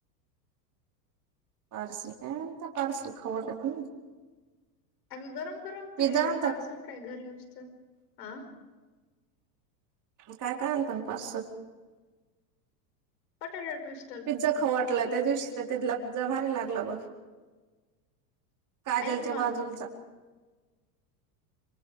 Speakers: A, on the right; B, on the left.
A: पार्स एता पार्स खवर त
B: अगं गरम गरम
A: पिझ्झा
B: ते
A: आणतात
B: पार्सल काय घरी गष्टत ह
A: काय काय अंत ना पाच
B: पटाट टूस्.
A: पिझ्झा खांटला त्या दिवशी. तर तिथला पिझ्झा भारी लागला बघ काजलच्या
B: ऐक मग
A: बाजूचा ष